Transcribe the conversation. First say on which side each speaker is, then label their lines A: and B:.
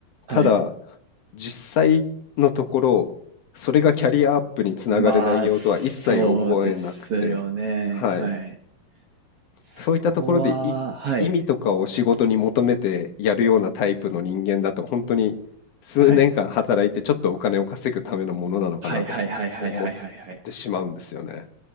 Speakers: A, on the right; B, on the left.
A: はい。
B: ただ、実際のところ、それがキャリアアップにつながる内容とは一切思えなくて、
A: まあ、そうですよね。
B: はい。
A: はい。そこは、
B: そういったところで、い意味とかを仕事に求めてやるようなタイプの人間だと、
A: はい。
B: 本当に数年間働いて、
A: はい。
B: ちょっとお金を稼ぐためのものなのかなとも思っ
A: はいはいはいはいはいはいはい。
B: てしまうんですよね。